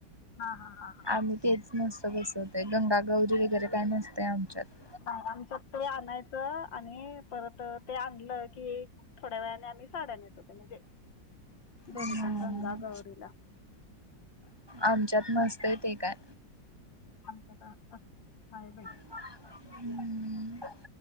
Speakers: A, on the left; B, on the right.
A: हा हा हा
B: आम तेच नुसतं बसवतय, गंगा-गौरी वगैरे काय नसतय आमच्यात
A: नाही आमच्यात ते आणायचं आणि परत ते आणलं की थोड्या वेळाने आम्ही साड्या नेसवतो, म्हणजे दोन्ही
B: हम्म
A: पण गंगा-गौरीला.
B: आमच्यात नस्तयं ते काय.
A: आमच का अस, हाय बाई
B: हम्म,